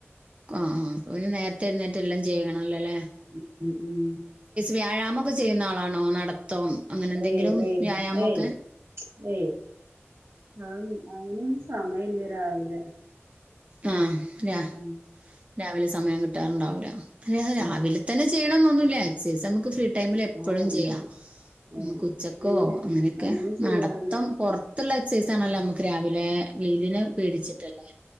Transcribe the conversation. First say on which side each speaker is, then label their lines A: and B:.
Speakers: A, on the right; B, on the right.
A: ആ ആ് അ പിെ നേരത്തെ എരുന്നേറ്റ് എല്ലാം ചെയ്യണംല്ലേ അല്ലെ
B: ഉ ഉ ഉം
A: വ്യായാമംൊക്കെ ചെയ്യുന്ന ആളാണോ നടത്തം അങ്ങനെ എന്തെങ്കിലും
B: ഏയ് ഏയ്
A: വ്യായാമംൊക്കെ
B: ഏയ് ഏയ് അും അയനും സമയമല്ലേ രാവിലെ
A: ആഹ അല്ല
B: ഉം
A: രാവിലെ സമയം കിട്ടാറുണ്ടാവല അ രാവിലെ
B: ഉം
A: തന്നെ ചെയ്യണം ാക്സസ് നമുക്ക് ഫ്രീ ടൈമിൽ എപ്പോഴും
B: ആഹ്
A: ചെയ്യാം
B: ഉം
A: അമ്മ
B: ഏഹ്
A: ഉച്ചക്കോ
B: ഇല്ല
A: അങ്ങനെയൊക്കെ
B: അങ്ങനെ ചെയ്യാറില്ല
A: നടത്തം പുറ അത്തുള്ള എക്സസൈസ് ആണല്ലോ നമുക്ക് രാവിലെ വെയിലിന് പേടിച്ചിട്ടല്ലേ